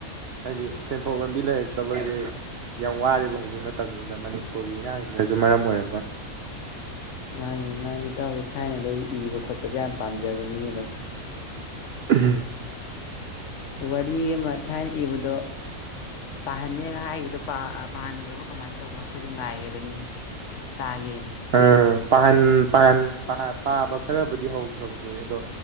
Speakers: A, on the right (about 65°); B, on the left (about 60°).
A: ꯍꯥꯏꯗꯤ ꯁꯦꯟꯊꯣꯛ ꯂꯝꯕꯤ ꯂꯩꯔꯛꯇꯕꯁꯦ ꯌꯥꯝ ꯋꯥꯔꯦꯕ ꯍꯧꯖꯤꯛ ꯃꯇꯝꯁꯤꯗ ꯃꯅꯤꯄꯨꯔꯒꯤ ꯏꯔꯥꯡꯁꯤꯅꯁꯨ ꯃꯔꯝ ꯑꯣꯏꯔꯒ
B: ꯃꯥꯅꯦ ꯃꯥꯅꯤ ꯏꯇꯥꯎꯁꯦ ꯊꯥꯏꯅꯗꯩꯁꯦ ꯏꯕ ꯈꯣꯠꯄꯁꯦ ꯌꯥꯝ ꯄꯥꯝꯖꯕꯅꯤꯅꯦ ꯑꯗꯨꯝ
A: ꯎꯝ
B: ꯋꯥꯔꯤꯔꯤ ꯑꯃ ꯊꯥꯏꯅ ꯏꯕꯗꯣ ꯄꯥꯍꯟꯅꯦꯒ ꯍꯥꯏꯈꯤꯕꯗꯣ ꯄꯥꯍꯟꯈ꯭ꯔꯕ ꯀꯃꯥꯏꯅ ꯇꯧꯕꯅꯣ ꯑꯩꯈꯣꯏꯁꯨ ꯉꯥꯏꯔꯕꯅꯤꯅ ꯇꯥꯒꯦꯅ
A: ꯑꯥ ꯄꯥꯍꯟ ꯄꯥꯍꯟ ꯄꯥꯕ ꯈꯔꯕꯨꯗꯤ ꯍꯧ ꯈꯕ ꯑꯗꯣ